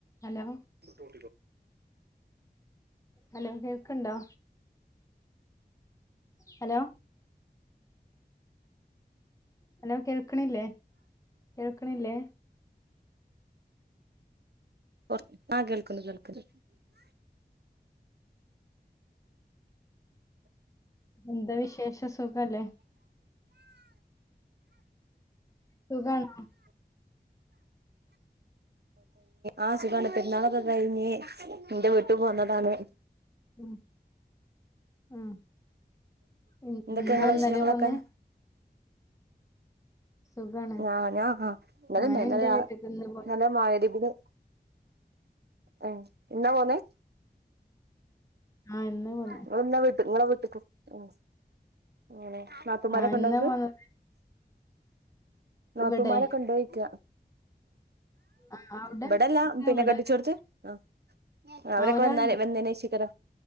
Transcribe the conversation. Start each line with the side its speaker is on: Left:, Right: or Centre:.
Left: Hello
Right: <unintelligible>
Left: hello കേൾക്കുണ്ടോ hello hello കേൾക്കണില്ലേ കേൾക്കണില്ലേ
Right: കൊ ആഹ് കേൾക്കുന്നു കേൾക്കുന്നു
Left: എന്ത വിശേഷ സുഖ അല്ലേ സുഗാണ്
Right: ആഹ് സുഗാണ് പ്പെരന്നാല കഴിഞ്ഞ്‌ ന്റെ വീട്ട് പോന്നതാണ്.
Left: ഉം ഉം ഇന്നാ
Right: എന്തൊക്കെ ഇങ്ങളെ
Left: ഇന്നലെ
Right: വിശേഷങ്ങളൊക്കെ
Left: പൊന്നെ. സുഖാണ്
Right: ആഹ് ഞാൻ ആഹ് ഇന്നലെ
Left: ഞാന്
Right: തന്നെ
Left: ഇന്റെ വീട്ട്ക്ക് ഇന്ന് പോയതാ
Right: ഇന്നലെ മഗ്രിരിബിന്. ഏയ് ഇന്നാ പോന്നേ
Left: ആഹ് ഇന്ന പൊന്നേ
Right: ങ്ങളെന്നാ വീട്ട് ങ്ങളെ വീട്ട്ക്ക് ഉം ങ്ങനെ നാത്തൂമാരൊക്കെണ്ടോങ്ങക്ക്.
Left: ആഹ് ഇന്നാ പോന്നത്
Right: നാത്തൂമാരൊക്കെണ്ടോയിക്കാ.
Left: ഇവിടെ ആഹ് അവിടെ
Right: ഇവിടല്ല പിന്നെ
Left: ഇവിടെ
Right: കെട്ടിച്ചോട്ത്ത് ആ അവരൊക്കെ
Left: ആഹ് ഒരാള്ണ്ട്
Right: വന്നാല് വന്നേനെശേക്കരം